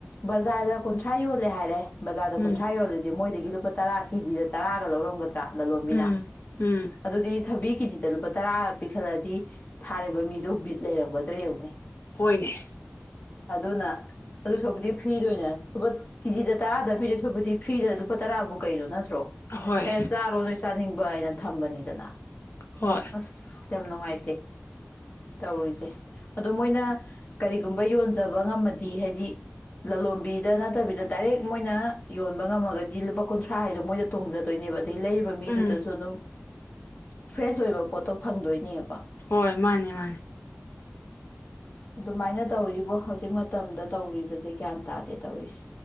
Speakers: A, on the left (about 35°); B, on the left (about 55°).
A: ꯕꯖꯥꯔꯗ ꯀꯨꯟꯊ꯭ꯔꯥ ꯌꯣꯜꯂꯦ ꯍꯥꯏꯔꯦ ꯕꯖꯥꯔ ꯀꯨꯟꯊ꯭ꯔꯥꯍꯂꯗꯤꯣꯏ
B: ꯎꯝ
A: ꯗꯒꯤ ꯂꯨꯄꯥ ꯇꯔꯥ ꯀꯦꯖꯤꯗ ꯇꯔꯥꯒ ꯂꯧꯔꯝꯒꯗ ꯂꯂꯣꯟꯕꯤꯅ
B: ꯎꯝ ꯎꯝ
A: ꯑꯗꯨꯗꯤ ꯊꯕꯤ ꯀꯦꯖꯤꯗ ꯂꯨꯄꯥ ꯇꯔꯥ ꯄꯤꯈꯠꯂꯗꯤ ꯊꯥꯔꯤꯕ ꯃꯤꯗꯣ ꯕꯤꯠ ꯂꯩꯔꯝꯒꯗ꯭ꯔ ꯌꯦꯡꯉꯨꯅꯦ
B: ꯍꯣꯏꯅꯦ
A: ꯑꯗꯨꯅ ꯑꯗꯨ ꯁꯔꯨꯛꯄꯨꯗꯤ ꯐ꯭ꯔꯤꯗ ꯑꯣꯏꯅ ꯄꯕꯠ ꯀꯦꯖꯤꯗ ꯇꯔꯥꯗ ꯄꯤꯗꯣꯏ - ꯄꯤꯕꯕꯨꯗꯤ ꯐ꯭ꯔꯤꯗ ꯂꯨꯄꯥ ꯇꯔꯥꯕꯨ ꯀꯩꯅꯣ ꯅꯠꯇ- ꯇ꯭ꯔꯣ
B: ꯍꯣꯏ
A: ꯑꯦ ꯆꯥꯔꯣ ꯅꯣꯏ ꯆꯥ- ꯆꯥꯅꯤꯡꯕ ꯍꯥꯏꯗꯅ ꯊꯝꯕꯅꯤꯗꯅ
B: ꯍꯣꯏ
A: ꯑꯁ ꯌꯥꯝ ꯅꯨꯡꯉꯥꯏꯇꯦ ꯇꯧꯔꯤꯁꯦ ꯑꯗꯣ ꯃꯣꯏꯅ ꯀꯔꯤꯒꯨꯝꯕ ꯌꯣꯟꯖꯕ ꯉꯝꯃꯗꯤ ꯍꯥꯏꯗꯤ ꯂꯂꯣꯟꯕꯤꯗ ꯅꯠꯇꯕꯤꯗ ꯗꯥꯏꯔꯦꯛ ꯃꯣꯏꯅ- ꯌꯣꯟꯕ ꯉꯝꯃꯒꯗꯤ ꯂꯨꯄꯥ ꯀꯨꯟꯊ꯭ꯔꯥ ꯍꯥꯏꯗꯣ ꯃꯣꯏꯗ ꯇꯣꯡꯖꯗꯣꯏꯅꯦꯕ ꯑ- ꯑꯗꯩ ꯂꯩꯔꯤꯕ ꯃꯤꯗꯨꯗꯁꯨ
B: ꯎꯝ
A: ꯑꯗꯨꯝ ꯐ꯭ꯔꯦꯁ ꯑꯣꯏꯕ ꯄꯣꯠꯇꯣ ꯐꯪꯗꯣꯏꯅꯦꯕ
B: ꯍꯣꯏ ꯃꯥꯅꯤ ꯃꯥꯅꯤ
A: ꯑꯗꯨꯃꯥꯏꯅ ꯇꯧꯔꯤꯕꯣ ꯍꯧꯖꯤꯛ ꯃ- ꯃꯇꯝꯗ ꯇꯧꯔꯤꯕꯁꯦ ꯒ꯭ꯌꯥꯟ ꯇꯥꯗꯦ ꯇꯧꯔꯤꯁꯦ